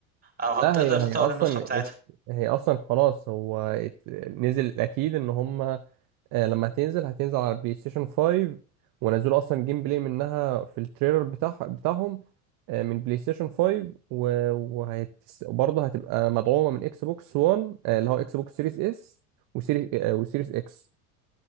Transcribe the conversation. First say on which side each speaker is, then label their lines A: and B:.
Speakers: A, on the right; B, on the right.
A: او هتقدر
B: لا هي هي
A: تطور
B: اصلا
A: النسخة بتاعتها
B: ات- هي اصلا خلاص هو ات- نزل اكيد ان هما آه، لما هتنزل هتنزل على البلاي ستيشن 5 ونزلوا اصلا جيم بلاي منها في التريلر بتاع بتاعهم آه، من بلاي ستيشن 5 و- وهت برضه هتبقى مدعومه من اكس بوكس 1 آه، اللي هو اكس بوكس سيريس اس وسيريس آه، وسيريس اكس